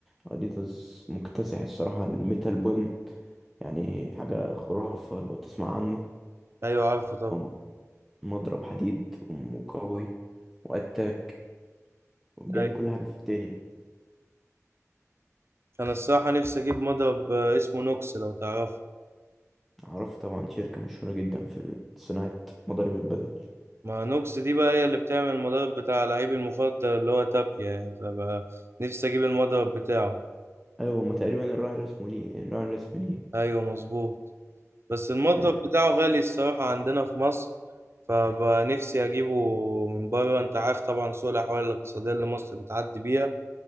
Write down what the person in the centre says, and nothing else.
اديداس مكتسح الصراحة الميتال بون يعني حاجة خرافة لو تسمع عنه
هو مضرب حديد وقوي واتاك بيعمل
كل حاجة في الدنيا
عرفه طبعا شركة مشهورة جدا في صناعة مضارب البدل
أيوة هما تقريبا الراعي الرسمي ليه الراعي الرسمي ليه
يعني